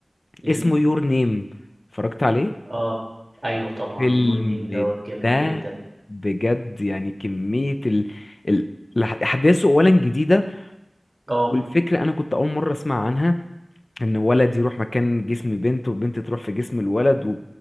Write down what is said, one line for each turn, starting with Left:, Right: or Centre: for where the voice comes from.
Right: امم.
Left: اسمه يور نيم اتفرجت عليه
Right: اه ايوه
Left: الفيلم
Right: طبعا يور نيم دوت جامد
Left: ده
Right: جدا
Left: بجد يعني كمية ال... ال... الأح- احداثه اولا جديدة
Right: اه
Left: والفكرة انا كنت اول مرة اسمع عنها ان ولد يروح مكان جسم بنت وبنت تروح في جسم الولد و...